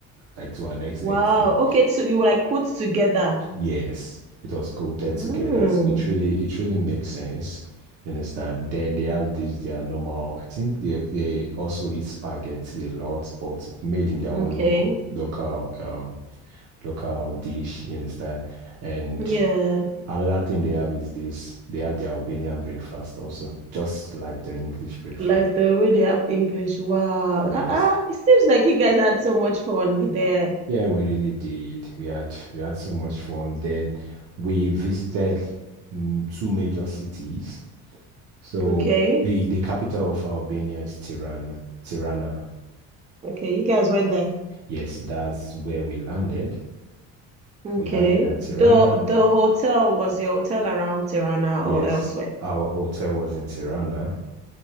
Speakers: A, on the right; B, on the right.
A: like to an extent.
B: Wow.
A: So
B: Okay, so you like put together.
A: yes, it was coated
B: Mm.
A: together. So it really it really makes sense. You understand? Then they have this their normal. I think they they also eat spaghetti a lot, but made in their own
B: Okay.
A: local local um local dish. You understand? And
B: Yeah,
A: Another thing they have is this, they have the Albanian breakfast also, just like the English breakfast.
B: like the way they have English. Wow. Uh-uh.
A: Yes.
B: It seems like you guys had so much fun there.
A: Yeah, we really did. We had we had so much fun. Then we visited mm, two major cities. So
B: Okay.
A: the the capital of Albania is Tirana. Tirana.
B: Okay, you guys went there.
A: Yes, that's where we landed.
B: Okay.
A: We landed at Tirana.
B: The the hotel was your hotel around Tirana
A: Yes,
B: or elsewhere?
A: our hotel was in Tirana,